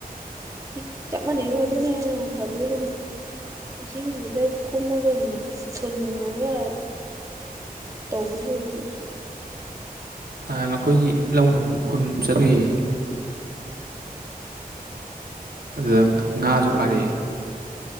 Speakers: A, on the right; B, on the right.
A: ꯏ ꯆꯞ ꯃꯥꯟꯅꯩꯕꯨ ꯑꯗꯨꯅ ꯍꯦꯟꯅ ꯐꯗꯣꯔꯤꯕꯅꯤ ꯏꯁꯤꯡꯗꯨꯗ ꯀꯨꯝꯃꯒ ꯏꯁ ꯊꯨꯟ ꯌꯨꯡꯉꯒ ꯇꯧꯗꯣꯏ ꯁꯕꯨꯗꯤ
B: ꯇꯥꯟ ꯑꯩꯈꯣꯏꯒꯤ ꯂꯧ ꯍꯨꯟ ꯍꯨꯟ ꯆꯠꯂꯨꯏꯌꯦ ꯑꯗꯨꯗ ꯉꯥꯁꯨ
A: ꯎꯝ
B: ꯐꯥꯔꯛꯑꯦ